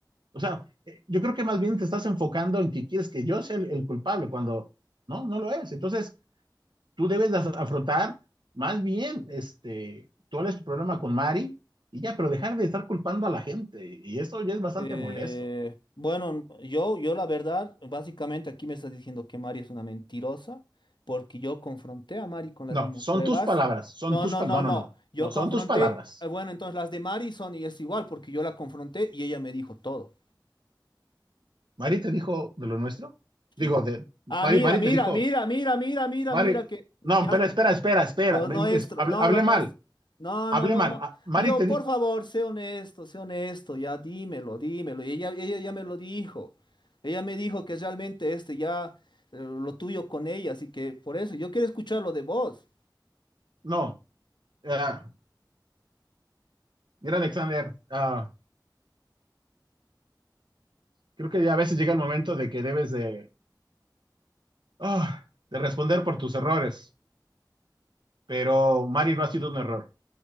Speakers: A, on the right (about 75°); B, on the left (about 75°).
A: O sea, eh, yo creo que más bien te estás enfocando en que quieres que yo sea el, el culpable cuando no, no lo es. Entonces tú debes de af- afrontar más bien, este, tú hables tu problema con Mari y ya, pero dejar de estar culpando a la gente. Y eso ya es bastante
B: Eh,
A: molesto.
B: bueno, yo, yo la verdad, básicamente aquí me estás diciendo que Mari es una mentirosa, porque yo confronté a Mari con las
A: No,
B: mismas
A: son
B: pruebas.
A: tus palabras, son
B: No,
A: tus
B: no,
A: palabras.
B: no, no.
A: No, no, no,
B: Yo
A: no,
B: confronté,
A: son tus palabras.
B: eh, bueno, entonces las de Mari son y es igual, porque yo la confronté y ella me dijo todo,
A: Mari te dijo de lo nuestro. Digo,
B: ¿sí?
A: de
B: Ah,
A: Mari,
B: mira,
A: Mari
B: mira,
A: te dijo,
B: mira, mira, mira, mira,
A: Mari,
B: mira, que ya,
A: no, espera, espera, espera, espera.
B: Lo
A: Me-
B: nuestro,
A: me- es- hablé,
B: no,
A: hablé
B: lo nuestro.
A: mal,
B: No,
A: hablé
B: no, no,
A: mal.
B: no.
A: Ah, Mari
B: Y yo,
A: te dijo,
B: por favor, sé honesto, sé honesto, ya dímelo, dímelo. Y ella, ella ya me lo dijo. Ella me dijo que realmente este ya eh, lo tuyo con ella, así que por eso yo quiero escucharlo de vos.
A: no, ah, mira, Alexander, ah, creo que ya a veces llega el momento de que debes de, ah, de responder por tus errores, pero Mari no ha sido un error,